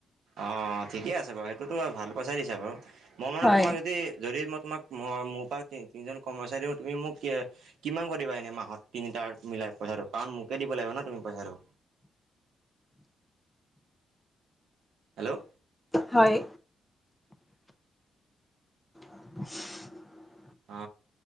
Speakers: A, on the right; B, in the centre.
A: অঁ, ঠিকে আছে বাৰু সেইটোতো ভাল পইচা দিছে বাৰু। মই মানে
B: হয়
A: তোমাক যদি-যদি মই তোমাক <unintelligible> মই মোৰ পৰা তিনিজন কৰ্মচাৰীও তুমি মোক কিমান কৰিবা এনে মাহত তিনিটাৰ মিলাই পইচাটো কাৰণ মোকে দিব লাগিব ন তুমি পইচাটো হেল্ল'
B: হয় <unintelligible>
A: অ